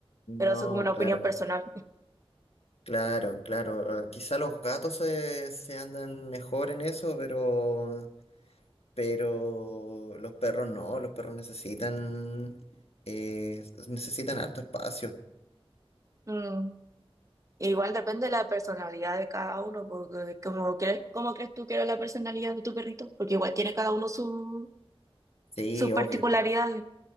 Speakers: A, on the left; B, on the right.
A: No,
B: pero eso es como una
A: claro,
B: opinión personal.
A: claro, claro. eh, Quizá los gatos se, se andan mejor en eso, pero pero los perros no, los perros necesitan, eh, necesitan harto espacio.
B: Mm, Igual depende de la personalidad de cada uno, porque como crees, ¿cómo crees tú que era la personalidad de tu perrito? Porque igual tiene cada uno su-
A: Sí,
B: sus particularidades.
A: obvio.